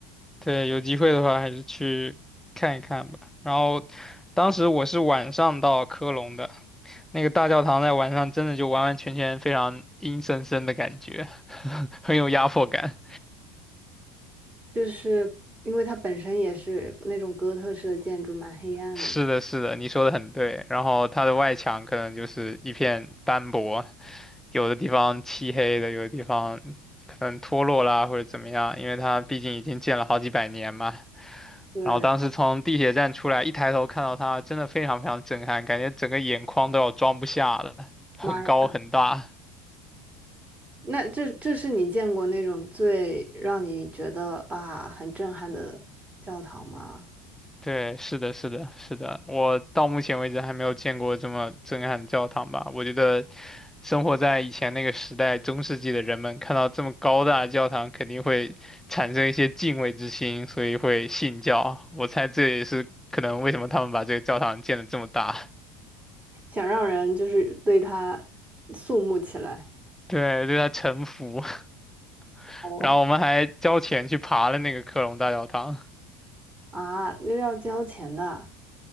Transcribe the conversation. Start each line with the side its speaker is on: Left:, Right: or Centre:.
Centre: 对，有机会的话还是去看一看吧。然后，当时我是晚上到科隆的，那个大教堂在晚上真的就完完全全非常阴森森的感觉，<laughs> 很有压迫感。
Right: 就是因为它本身也是那种哥特式的建筑，蛮黑暗的。
Centre: 是的，是的，你说的很对。然后它的外墙可能就是一片斑驳，有的地方漆黑的，有的地方可能脱落啦或者怎么样，因为它毕竟已经建了好几百年嘛。
Right: 对，
Centre: 然后当时从地铁站出来，一抬头看到它，真的非常非常震撼，感觉整个眼眶都要装不下了，很高很大。
Right: 妈呀，那这这是你见过那种最让你觉得啊很震撼的教堂吗？
Centre: 对，是的，是的，是的，我到目前为止还没有见过这么震撼的教堂吧。我觉得生活在以前那个时代，中世纪的人们看到这么高大的教堂，肯定会产生一些敬畏之心，所以会信教。我猜这也是可能为什么他们把这个教堂建得这么大，
Right: 想让人就是对他肃穆起来。
Centre: <laughs> 对，对他臣服。<laughs>
Right: 哦，
Centre: 然后我们还交钱去爬了那个科隆大教堂。
Right: 啊，那是要交钱的。